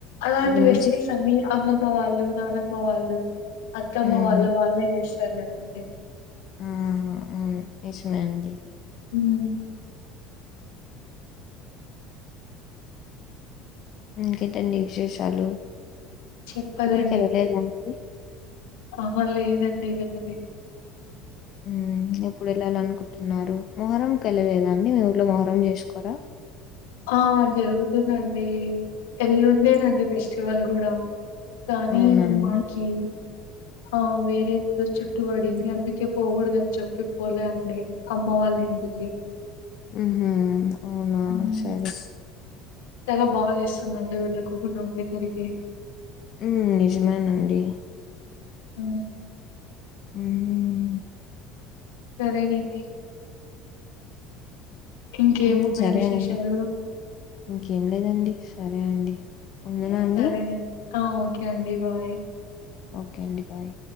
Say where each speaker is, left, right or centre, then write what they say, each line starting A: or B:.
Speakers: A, on the left; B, on the left.
A: అలాంటి
B: ఇప్పుడు
A: రెస్పీస్
B: నుంచి
A: అన్ని అమ్మమ్మ వాళ్ళు నానమ్మ వాళ్ళు అత్తమ్మ
B: ఉమ్
A: వాళ్ళు వాళ్ళే చేస్తారు కదండి
B: ఆహా అవును నిజమే అండి
A: హ్మ్
B: ఇంకేంటండి విశేషాలు
A: చెప్పాలండి.
B: ఊరికెళ్ళలేదా అండి
A: ఆహా లేదండి వెళ్ళలేదు
B: హ్మ్ ఎప్పుడు వెళ్ళాలనుకుంటున్నారు మొహర్రంకి వెళ్ళలేదా అండి మీ ఊల్లో మొహర్రం చేసుకోరా
A: ఆ జరుగుతుందండి ఎల్లుండేనండి ఫెస్టివల్ కూడా కానీ
B: అవునా అండి
A: మాకి ఆ వేరేదేదో చుట్టుపడింది అందు కే పోగూడదని చెప్పి పోలే అండి అమ్మ వాళ్ళ ఇంటికి
B: మ్మ్ హ్ అవునా
A: హ్మ్.
B: సరె
A: చాలా బాధేస్సుందండి వెళ్ళకోకుండా ఉండేసరికి
B: హ్మ్ నిజమేనండి
A: మ్ హ్మ్
B: మ్మ్ హ్మ్
A: సరేనండి ఇంకేమున్నాయి
B: మ్మ్ సరే
A: విశేషాలు?
B: అండి ఇంకేం లేదండి సరే అండి ఉందునా అండి
A: సరేనండి ఆ ఓకే అండి బాయ్
B: ఓకే అండి బాయ్